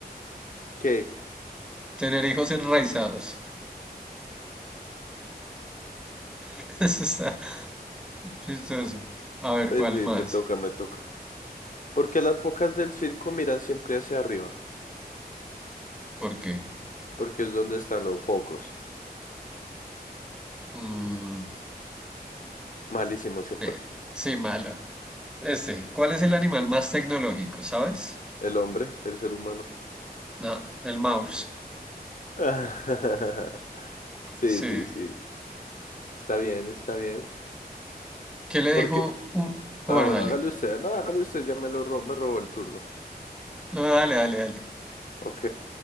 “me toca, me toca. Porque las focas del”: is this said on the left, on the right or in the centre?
Left